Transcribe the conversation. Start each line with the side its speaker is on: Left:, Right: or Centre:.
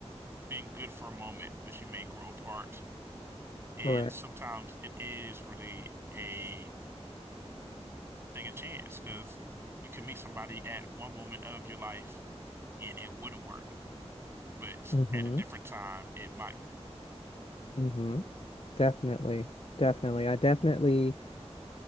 Right: been good for a moment, but you may grow apart. And
Left: correct.
Right: sometimes it is really a thing of chance because you can meet somebody at one moment of your life and it wouldn't work. but
Left: Mm-hmm.
Right: at a different time, it might.
Left: Mm-hmm. Definitely, definitely. I definitely.